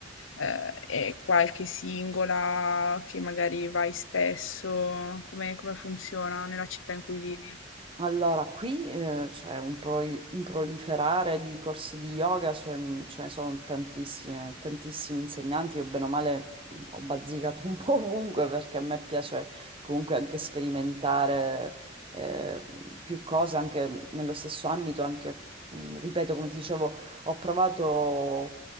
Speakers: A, on the left (about 80°); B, on the right (about 30°).
A: eh, è qualche singola che magari vai spesso? Come, come funziona nella città in cui vivi?
B: Allora, qui eh, c'è un, pro- un proliferare di corsi di yoga, ce ce ne sono tantissime, tantissimi insegnanti, io bene o male mh, ho bazzicato <laughs> un po' ovunque perché a me piace comunque anche sperimentare eh, più cose anche nello stesso ambito, anche, mh, ripeto, come ti dicevo, ho provato